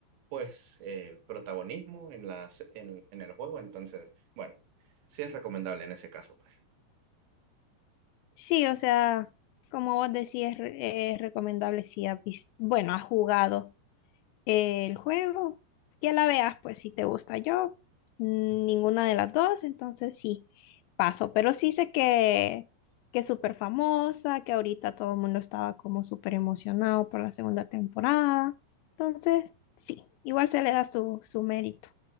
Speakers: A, on the right; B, on the left.
A: pues, eh, protagonismo en las, en, en el juego. Entonces, bueno, sí es recomendable en ese caso, pues.
B: Sí, o sea, como vos decís, es, re- es recomendable si has vis- bueno, has jugado. el juego, ya la veas, pues si te gusta yo, mm, ninguna de las dos, entonces sí, paso, pero sí sé que, que es súper famosa, que ahorita todo el mundo estaba como súper emocionado por la segunda temporada, entonces sí, igual se le da su, su mérito.